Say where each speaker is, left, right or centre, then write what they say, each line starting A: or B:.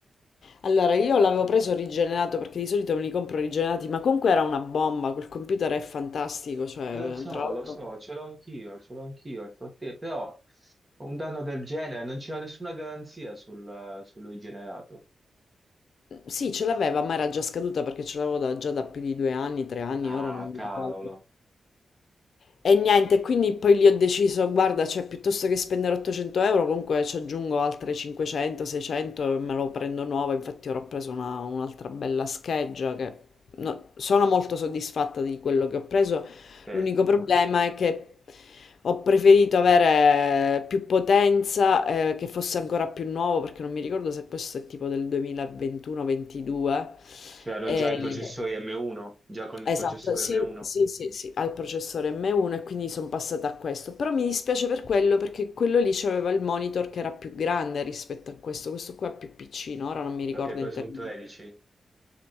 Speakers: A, on the left; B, on the right.
A: Allora, io l'avevo preso rigenerato perché di solito me li compro rigenerati, ma comunque era una bomba, quel computer è fantastico, cioè,
B: Lo so,
A: tra l'altro...
B: lo so, ce l'ho anch'io, ce l'ho anch'io, è forte, però un danno del genere, non c'era nessuna garanzia sul, su lui generato.
A: Sì, ce l'aveva, ma era già scaduta perché ce l'avevo da- già da più di due anni, tre anni,
B: Ah,
A: ora non mi
B: cavolo.
A: ricordo. E niente, quindi poi lì ho deciso, guarda, cioè piuttosto che spendere 800 euro, comunque ci aggiungo altre 500, 600 e me lo prendo nuovo. Infatti ora ho preso una- un'altra bella scheggia che no- sono molto soddisfatta di quello che ho preso.
B: Sì,
A: L'unico problema è che ho preferito avere più potenza, eh, che fosse ancora più nuovo, perché non mi ricordo se questo è tipo del 2021-22.
B: c'erano
A: E...
B: già i processori M1, già con il
A: Esatto,
B: processore
A: sì,
B: M1,
A: sì, sì, sì, al processore M1 e quindi sono passata a questo. Però mi dispiace per quello perché quello lì c'aveva il monitor che era più grande rispetto a questo, questo qua è più piccino, ora non mi ricordo
B: perché hai preso
A: in termini.
B: un 13.